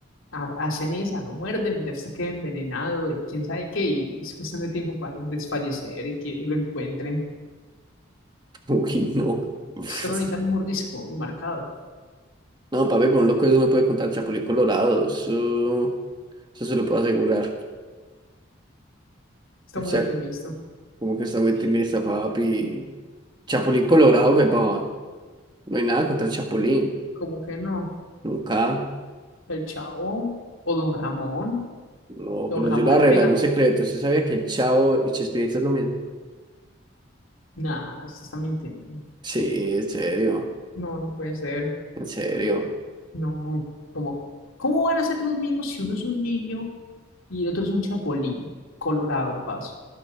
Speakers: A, on the left (about 80°); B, on the right (about 20°).
A: Ha- Hacen esa, lo muerden y ya se queda envenenado de quién sabe qué, y es cuestión de tiempo para desfallecer y que lo encuentren.
B: <laughs> Uy, no. Uf.
A: Solo necesitan un mordisco y marcado.
B: No, papi, con un loco eso no puede contar Chapulín Colorado. Eso, eso se lo puedo asegurar.
A: Está
B: El,
A: muy
B: cha-
A: optimista.
B: Como que está muy timista, papi. Chapulín Colorado, weón. No hay nada contra el Chapulín.
A: Como que no?
B: Nunca.
A: El chavo o Don Ramón.
B: No,
A: Don
B: pero
A: Ramón
B: yo le voy a
A: le
B: revelar
A: pega.
B: un secreto. ¿Usted sabía que el Chavo y Chespirito es lo mismo?
A: Nah, se está mintiendo.
B: Sí, en serio.
A: No, no puede ser.
B: En serio.
A: No, ¿cómo, cómo van a ser los mismos si uno es un niño y el otro es un chapulín colorado de paso?